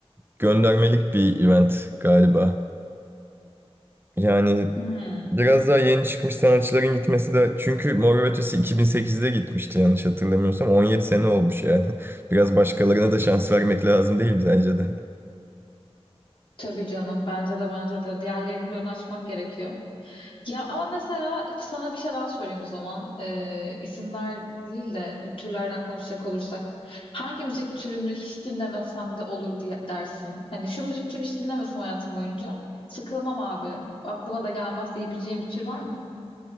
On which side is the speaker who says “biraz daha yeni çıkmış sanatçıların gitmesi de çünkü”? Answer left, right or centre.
Right